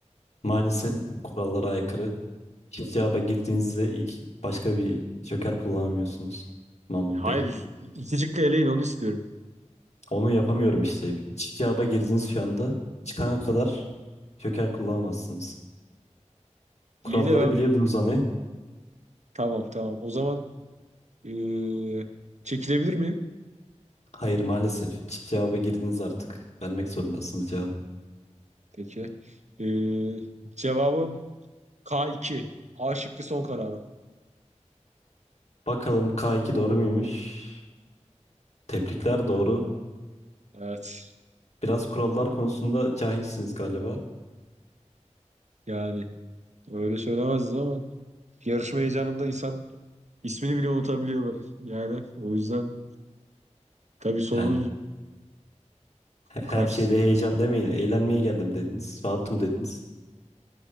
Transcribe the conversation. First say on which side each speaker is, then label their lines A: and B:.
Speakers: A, on the left; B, on the right.
A: Maalesef kurallara aykırı. Çift cevaba girdiğinizde ilk başka bir joker kullanamıyorsunuz Mahmut
B: Hayır
A: Bey.
B: iki cıkka eleyin onu istiyorum.
A: Onu yapamıyorum işte. Çift cevaba girdiniz şu anda. Çıkana kadar joker kullanamazsınız.
B: İyi
A: Kuralları
B: de ben
A: biliyordunuz hani.
B: tamam tamam. O zaman eee, çekilebilir miyim?
A: Hayır maalesef. Çift cevaba girdiniz artık. Vermek zorundasınız cevabı.
B: Peki. Eee, cevabım K2. A şıkkı son kararım.
A: Bakalım K2 doğru muymuş? Tebrikler doğru.
B: Evet.
A: Biraz kurallar konusunda cahilsiniz galiba.
B: Yani öyle söylemezdim ama yarışma heyecanında insan ismini bile unutabiliyor. <laughs> Yani o yüzden tabii sorunuz
A: Yani he- her
B: karşısında.
A: şeyde heyecan demeyin. Eğlenmeye geldim dediniz. Rahatım dediniz.